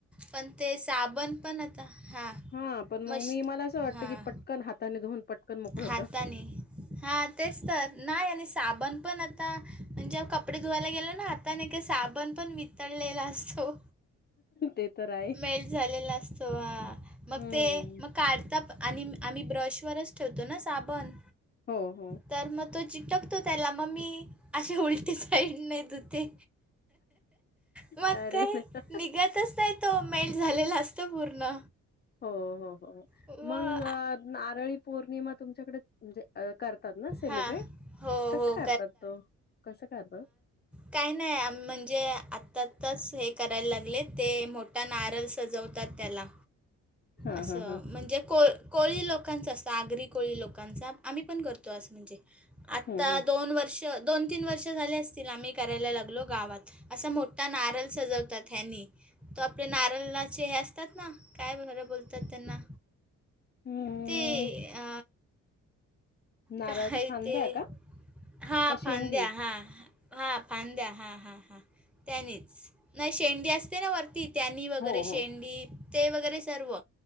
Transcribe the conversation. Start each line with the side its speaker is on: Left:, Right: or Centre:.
Centre: पण ते साबण पण आता हां.
Left: हां पण मग
Centre: मश
Left: मी मला असं वाटतं
Centre: हां
Left: की पटकन हाताने धुवून पटकन मोकळं होतं.
Centre: हाताने हां तेच तर नाही आणि साबण पण आता म्हणजे कपडे धुवायला गेलो ना हाताने की साबण पण वित तळलेला असतो.
Left: ते तर आहे.
Centre: मेल्ट झालेला असतो हां मग
Left: हम्म.
Centre: ते मग <unintelligible> आणि आम्ही ब्रशवरच ठेवतो ना साबण
Left: हो हो.
Centre: तर मग तो चिटकतो त्याला मग मी अशी उलटीच साईडने धूते मग
Left: अरे
Centre: काय
Left: देवा!
Centre: निघतच नाहीत तो मेल्ट झालेला असतो पूर्ण.
Left: हो हो हो.
Centre: व
Left: मग नारळी पौर्णिमा तुमच्याकडे म्हणजे करतात ना सेलिब्रेट
Centre: हां हो
Left: कसं
Centre: हो
Left: करतात ओ कसं करतात?
Centre: काही नाही म्हणजे आत्ता आताच हे करायला लागले ते मो ठा नारळ सजवतात त्याला
Left: हां,
Centre: असं
Left: हां, हां.
Centre: म्हणजे को कोळी लोकांचा असतो. आगरी कोळी लोकांचा आम्ही पण करतो असं म्हणजे. आता
Left: हं, हं.
Centre: दोन दोन तीन वर्ष झाले असतील आम्ही करायला लागलो गावात. असा मोठा नारळ सजवतात ह्यांनी. तो आपले नारळाचे हे असतात ना काय ह्याला बोल तात त्यांना
Left: हम्म.
Centre: ते अ
Left: नारळाच्या
Centre: काय
Left: फांद्या
Centre: ते
Left: का?
Centre: हां
Left: का शेंडी?
Centre: फांद्या हां, हां फांद्या हां हां हां. त्यानीच नाही शेंडी असते ना वरती त्यानी वगैरे
Left: हो,
Centre: शेंडी
Left: हो.
Centre: ते वगैरे सर्व.